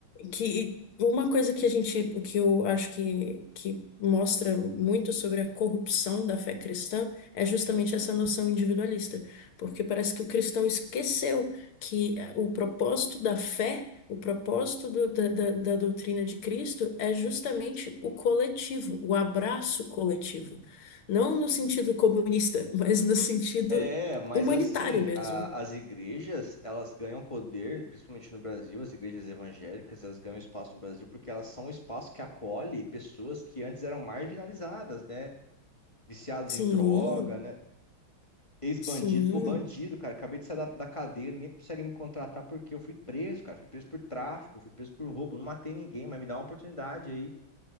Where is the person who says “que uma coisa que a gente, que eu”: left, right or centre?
Left